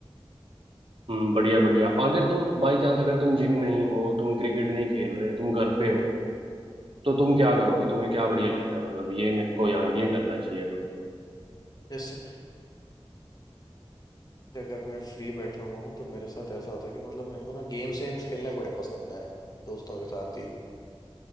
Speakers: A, on the right; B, on the left.
A: हम्म बढ़िया बढ़िया अगर तुम बाई चांस अगर तुम जिम नहीं हो तुम क्रिकेट नहीं खेल रहे तुम घर पे हो तो तुम क्या करोगे तुम्हें क्या बढ़िया लगता है मतलब ये मेरे को यार ये करना चाहिए अभी
B: जैसे अगर मैं फ्री बैठा हुआ हूँ तो मेरे साथ ऐसा होता है कि मतलब मेरे को ना गेम्स वेम्स खेलने बड़े पसंद है दोस्तों के साथ ही